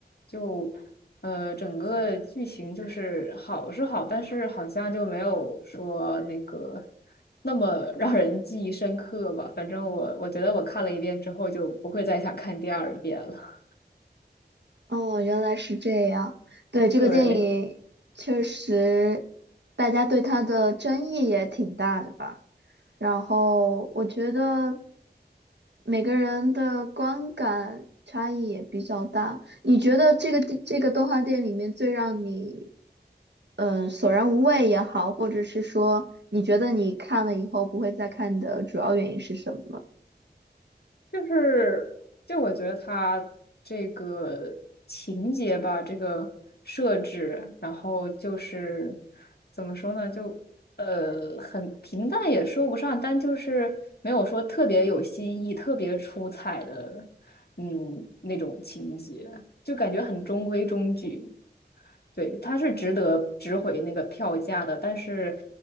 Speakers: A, on the left; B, on the right.
A: 就呃整个剧情就是好是好，但是好像就没有说那个那么让人记忆深刻吧。反正我我觉得我看了一遍之后就不会再想看第二遍了。
B: 哦，原来是这样。对，这个电影确实，
A: <laughs> 对。
B: 大家对它的争议也挺大的吧。然后我觉得每个人的观感差异也比较大。你觉得这个电这个动画电影里面最让你嗯、呃索然无味也好，或者是说你觉得你看了以后不会再看的主要原因是什么？
A: 就是，就我觉得它这个情节吧，这个设置，然后就是怎么说呢，就呃很平淡也说不上，但就是没有说特别有新意、特别出彩的，嗯，那种情节，就感觉很中规中矩。对，它是值得值回那个票价的，但是